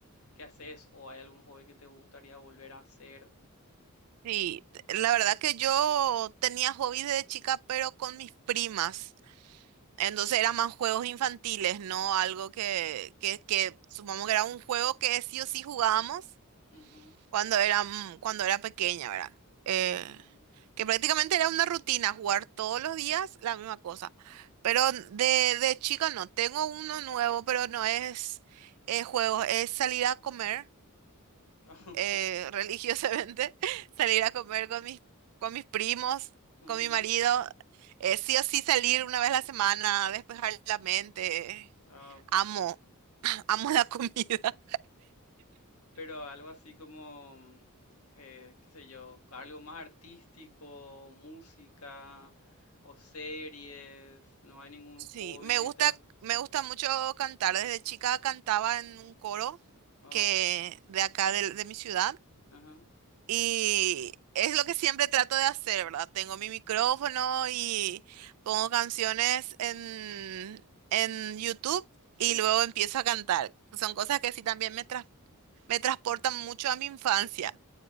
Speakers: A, on the left; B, on the right.
A: que haces? ¿O hay algún hobby que te gustaría volver a hacer?
B: Sí, t- la verdad que yo tenía hobbies de chica, pero con mis primas. Entonces eran más juegos infantiles, ¿no? Algo que, que, que supongamos que era un juego que sí o sí jugábamos
A: Ujú,
B: cuando era, mm, cuando era pequeña, ¿verdad? Eh,
A: mm,
B: que prácticamente era una rutina jugar todos los días la misma cosa. Pero de, de chica no, tengo uno nuevo, pero no es eh, juegos, es salir a comer
A: <laughs> ah,
B: eh, <laughs> religiosamente, salir a comer con mis, con mis primos,
A: ujú.
B: con mi marido, eh, sí o sí salir una vez a la semana, despejar la mente.
A: Ah,
B: Amo, <clears throat> amo la comida.
A: Pero algo así como, mm, eh, qué sé yo, algo más artístico, música o series, no hay ningún
B: Sí,
A: hobby
B: me
A: que
B: gusta,
A: te...
B: me gusta mucho cantar. Desde chica cantaba en un coro
A: Oh,
B: que de acá del- de, mi ciudad
A: ajá,
B: y es lo que siempre trato de hacer, ¿verdad? Tengo mi micrófono y pongo canciones en, en YouTube
A: sí.
B: y luego empiezo a cantar. Son cosas que sí también me, tras- me transportan mucho a mi infancia,